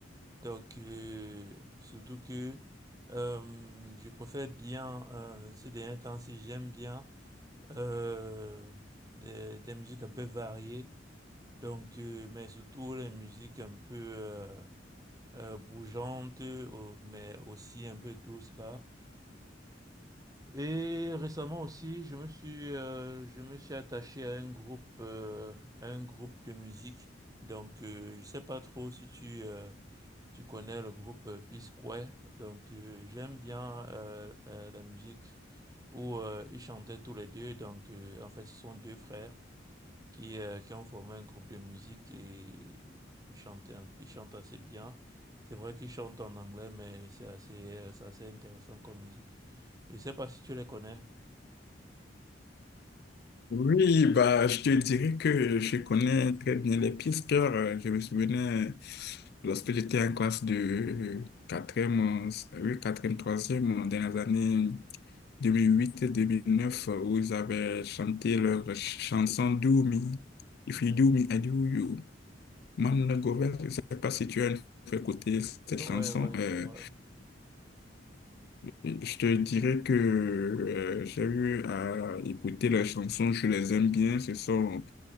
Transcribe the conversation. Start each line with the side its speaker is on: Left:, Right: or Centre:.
Right: Donc, euh, surtout que euh, je préfère bien, euh, ces derniers temps, si j'aime bien euh, des, des musiques un peu variées, donc, euh, mais surtout les musiques un peu euh, euh, bougeantes, euh, mais aussi un peu douces là. Et récemment aussi, je me suis, euh, je me suis attaché à un groupe, euh, à un groupe de musique. Donc, euh, je sais pas trop si tu, euh, tu connais le groupe euh, Peace Square. Donc, euh, j'aime bien euh, euh, la musique où euh, ils chantaient tous les deux. Donc, euh, en fait, ce sont deux frères. qui, euh, qui ont formé un groupe de musique et ils chantaient, un- ils chantent assez bien. C'est vrai qu'ils chantent en anglais, mais c'est assez, euh, c'est assez intéressant comme musique. Je sais pas si tu les connais.
Left: Oui, bah, je te dirais que je connais très bien les pisteurs. Euh, Je me souvenais lorsque j'étais en classe de quatrième e euh, oui, 4e, 3e, euh, dans les années 2008-2009, où ils avaient chanté leur ch- chanson "Do Doumi. If you do me, I do you. Man, Govert, je ne sais pas si tu as une fois écouté cette
Right: Euh,
Left: chanson.
Right: Ouais, ouais,
Left: euh,
Right: je vois.
Left: je te dirais que euh, j'ai eu à écouter leurs chansons, je les aime bien. Ce sont,